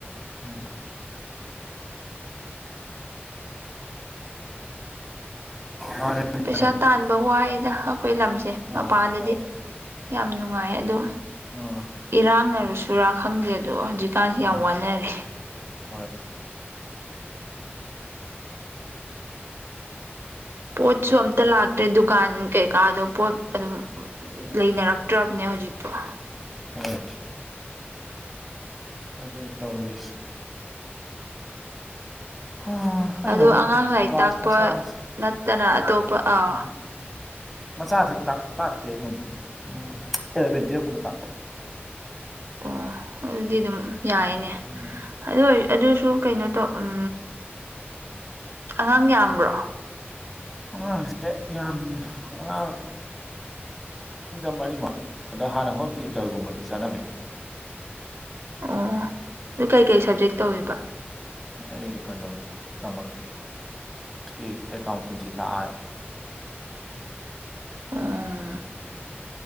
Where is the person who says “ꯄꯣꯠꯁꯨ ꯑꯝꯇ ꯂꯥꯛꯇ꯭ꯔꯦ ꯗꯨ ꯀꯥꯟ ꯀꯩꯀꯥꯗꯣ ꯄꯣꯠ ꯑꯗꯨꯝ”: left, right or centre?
Right